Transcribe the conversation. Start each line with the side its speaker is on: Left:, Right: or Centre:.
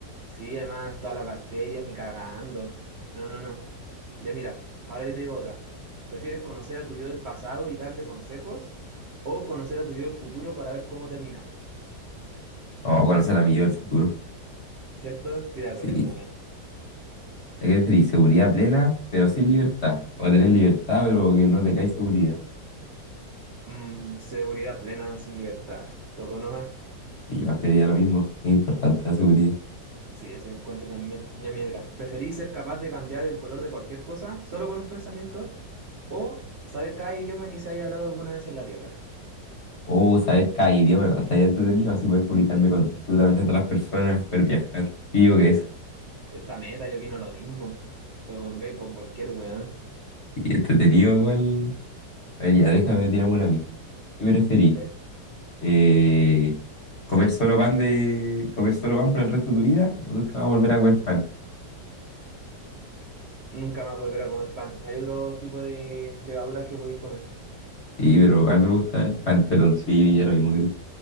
Right: Sí, además, todas las bacterias ni cagando. No, no, no. Ya mira, ahora yo te digo otra. ¿Prefieres conocer a tu yo del pasado y darle consejos? ¿O conocer a tu yo del futuro para ver cómo terminaste?
Left: O conocer a mi yo del futuro.
Right: ¿Cierto? Estoy de acuerdo,
Left: Sí.
Right: weón.
Left: ¿Qué preferís? ¿Seguridad plena, pero sin libertad? ¿O tener libertad, pero que no tengáis seguridad?
Right: Mm, seguridad plena sin libertad. Tocó nomás.
Left: Y yo creería lo mismo, es importante la seguridad.
Right: Sí, eso encuentro también. Ya mira, mira. ¿Preferís ser capaz de cambiar el color de cualquier cosa solo con un pensamiento? ¿O saber cada idioma que se haya hablado alguna vez en la Tierra?
Left: O saber cada idioma, igual estaría entretenido, así poder comunicarme con absolutamente todas las personas, poder viajar. Y yo que eso,
Right: Esta meta, yo opino lo mismo. Te comunicar con cualquier weón.
Left: y entretenido igual. A ver, ya, déjame tirarme una a mí. ¿Qué preferís?
Right: Le-
Left: Eh, ¿comer solo pan de, comer solo pan por el resto de tu vida? ¿O nunca vas a volver a comer pan?
Right: Nunca más volver a comer pan. Hay otro tipo de levaduras que podéis comer.
Left: Sí, pero a mí me gusta el pan, pero sí, ya lo mismo que tú.